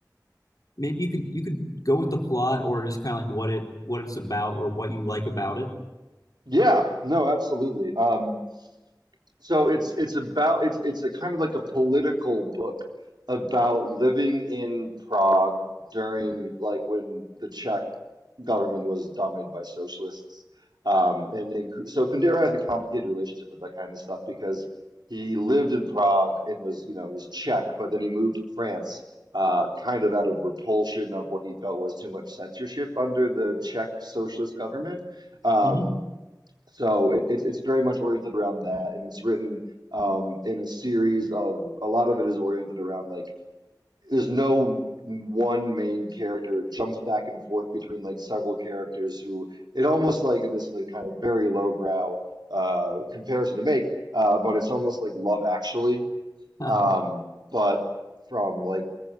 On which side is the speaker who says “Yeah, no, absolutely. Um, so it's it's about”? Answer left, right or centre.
Right